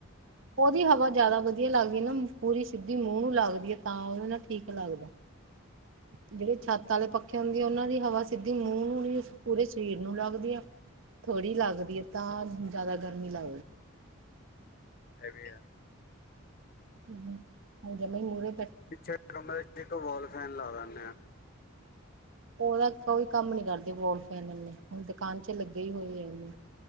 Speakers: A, on the right; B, on the left.
A: ਉਹਦੀ ਹਵਾ ਜਿਆਦਾ ਵਧੀਆ ਲੱਗਦੀ ਨਾ ਪੂਰੀ ਸਿੱਧੀ ਮੂੰਹ ਨੂੰ ਲੱਗਦੀ ਹ ਤਾਂ ਉਹਦੇ ਨਾਲ ਠੀਕ ਲੱਗਦਾ ਜਿਹੜੇ ਛੱਤ ਵਾਲੇ ਪੱਖੇ ਹੁੰਦੇ ਆ ਉਹਨਾਂ ਦੀ ਹਵਾ ਸਿੱਧੀ ਮੂੰਹ ਨੂੰ ਪੂਰੇ ਸਰੀਰ ਨੂੰ ਲੱਗਦੀ ਆ ਥੋੜੀ ਲੱਗਦੀ ਹ ਤਾਂ ਜਿਆਦਾ ਗਰਮੀ ਲਾ
B: ਇਹ ਵੀ ਹੈ
A: ਹਮ ਹਾਂ ਜ ਮਮੀਨ ਨਰੇ
B: ਪਿੱਛੇ ਕਮਰੇ ਚ ਤਾਂ ਵਾਲ ਫੈਨ ਲਾ ਲੈਦੇ ਆ
A: ਉਹ ਤਾਂ ਕੋਈ ਕੰਮ ਨਹੀਂ ਕਰਦੇ ਵਾਲ ਫੈਨ ਇਨੇ ਦੁਕਾਨ ਚ ਲੱਗੇ ਹੀ ਹੋਏ ਐ